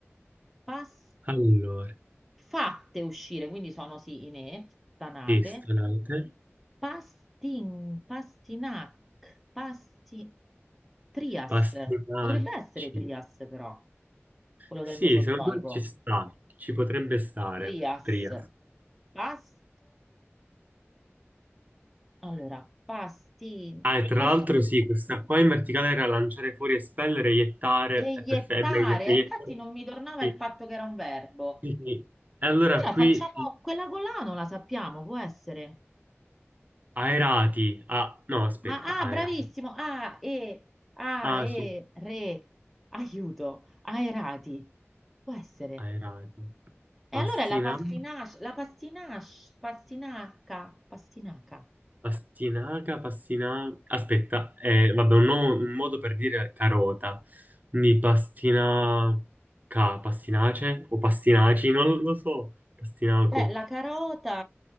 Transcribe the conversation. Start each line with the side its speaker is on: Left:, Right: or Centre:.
Centre: pas-
Right: Allora,
Centre: fatte uscire, quindi sono sì, inè, stanate,
Right: sì, stanate.
Centre: pastin, pastinac, pasti, trias,
Right: Pastinacci.
Centre: potrebbe essere trias però, quello
Right: Sì,
Centre: del Mesozoico,
Right: secondo me ci sta. Ci potrebbe stare.
Centre: trias,
Right: Tria.
Centre: past, allora, pasti,
Right: Ah, e tra
Centre: pasti-
Right: l'altro sì, questa qua in verticale era lanciare fuori, espellere, iettare.
Centre: Eiettare,
Right: È perfetto, è meglio. Iettare.
Centre: infatti non mi tornava
Right: Sì,
Centre: il fatto che era un verbo.
Right: sì, sì. E allora
Centre: Allora
Right: qui
Centre: facciamo quella con la, non la sappiamo, può essere.
Right: aerati. Ah, no, aspetta,
Centre: Ah,
Right: aerati.
Centre: ah, bravissimo, A, E, A,
Right: Ah,
Centre: E,
Right: sì,
Centre: re, aiuto, aerati, può essere.
Right: aerati.
Centre: E
Right: Pastinacci.
Centre: allora è la pastinace, la pastinace, pastinaca, pastinaca.
Right: Pastinaca, pastinaca. Aspetta, eh, vabbè, un, no- un modo per dire carota. Quindi pastinaca, pastinace o pastinaci, non lo so. Pastinaco.
Centre: Beh, la carota,